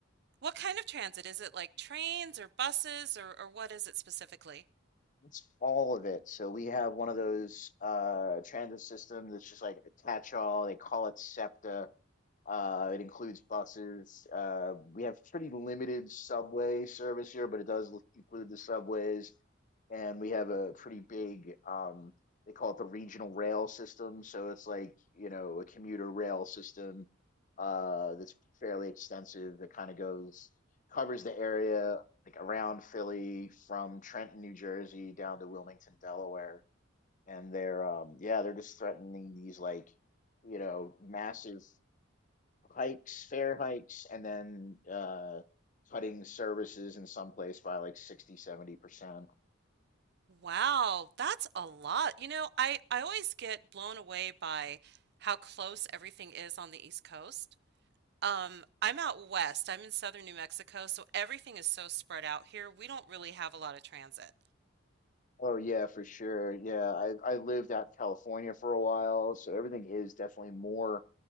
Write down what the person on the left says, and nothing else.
That's all of it. So we have one of those uh, transit systems that's just like a catch-all. They call it SEPTA. Uh, it includes buses. Uh, we have pretty limited subway service here, but it does include the subways. and we have a pretty big um they call it the regional rail system so it's like you know a commuter rail system uh that's fairly extensive that kind of goes covers the area like around Philly from Trenton New Jersey down to Wilmington Delaware and they're um yeah they're just threatening these like you know massive hikes fare hikes and then uh cutting services in some place by like sixty, seventy percent
Oh yeah, for sure. Yeah, I I lived out in California for a while, so everything is definitely more